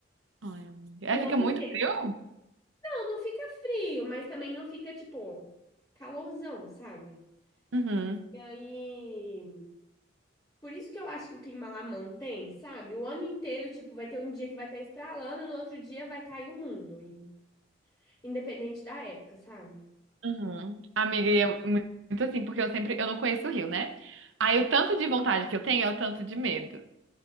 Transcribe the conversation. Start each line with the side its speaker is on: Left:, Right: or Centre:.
Right: Ai, amiga.
Left: O
Right: Aí fica
Left: ano inteiro.
Right: muito frio?
Left: Não, não fica frio, mas também não fica, tipo, calorzão, sabe?
Right: Uhum.
Left: E aí. Por isso que eu acho que o clima lá mantém, sabe? O ano inteiro, tipo, vai ter um dia que vai estar estralando, no outro dia vai cair o mundo, e- independente da época, sabe?
Right: Uhum. Amiga, e é mu- muito assim, porque eu sempre, eu não conheço o Rio, né? Aí o tanto de vontade que eu tenho é o tanto de medo.